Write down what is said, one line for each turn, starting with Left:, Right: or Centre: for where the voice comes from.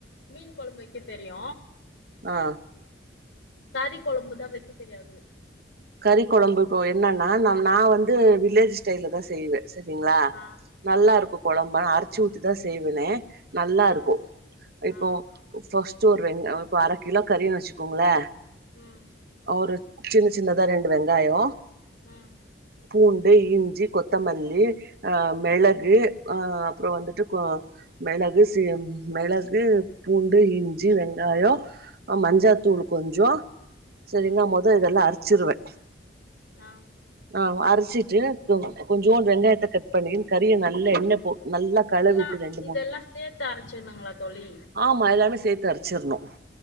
Left: மீன் குழம்பு வை க்க தெரியு
Right: ஆ
Left: கறி கொழம்புதா வெக்க தெரியாது
Right: கறி குழம்புக்கு என்னன்னா ந நா வந்து வில்லேஜ் ஸ்டைல்ல தா செய்வே சரிங்களா
Left: ஆ
Right: நல்லா
Left: ஆ
Right: இருக்கு குழம்பு ஆனா அர்த் ச்சி ஊத்தி தா செய்வனே நல்லா
Left: ஆ
Right: இருக்கு இப்போ
Left: ஆ
Right: ஃபஸ் சி ஒரு ரெண் இப்ப அரை கிலோ கறின்னு வச்சுக்கோங்களே
Left: ம்
Right: ஒரு சின்ன சின்னதா ரெண்டு வெங்காயொ
Left: ம்
Right: பூண்டு இஞ்சி கொத்தமல்லி ஆ
Left: ம்
Right: மிளகு ஆ அப்றோ வந்துட்டு கொ மிளகு சீ மிளகு பூண்டு இஞ்சி வெங்காயொ ஆ மஞ்சத்தூளு
Left: ம்
Right: கொஞ்ச சரிங்களா
Left: ம்
Right: மொத இதெல்லா அரச் சிருவே
Left: ஆ
Right: ஆ அரைச்சிட்டு கொ கொஞ்சோண்டு வெங்காயத்த கட் பண்ணி கறியை நல்லா எண்ண போ நல்லா கலவிட்டு
Left: இதெல்லா
Right: ரெண்டு மூணு
Left: இதெல்லா சேத்து அரைச்சுனுங்களா தோழி
Right: ஆமா எல்லாமே சேத்து அரச்சிருணு